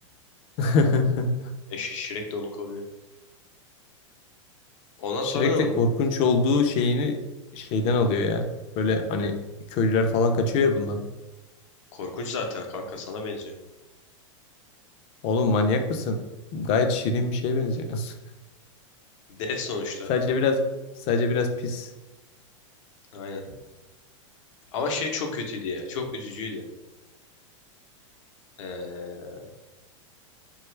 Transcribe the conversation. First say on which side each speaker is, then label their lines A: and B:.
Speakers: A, on the left; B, on the left.
A: <laughs>
B: Eş Shrek de onu koruyor. Ondan
A: Shrek
B: sonra ne oluyor?
A: de korkunç olduğu şeyini şeyden alıyor ya. Böyle hani köylüler falan kaçıyor ya bundan.
B: Korkunç zaten kanka sana benziyor.
A: Oğlum manyak mısın? Gayet şirin bir şeye benziyor. <laughs>
B: Dev sonuçta.
A: Sadece biraz sadece biraz pis.
B: Aynen. Ama şey çok kötüydü ya. Çok üzücüydü. Ee,